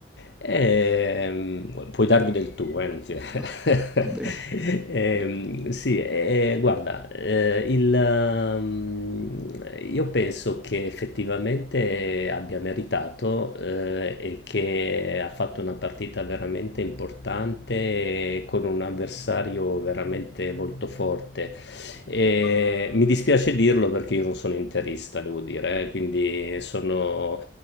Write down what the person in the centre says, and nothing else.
<laughs> Va bene.
Certo.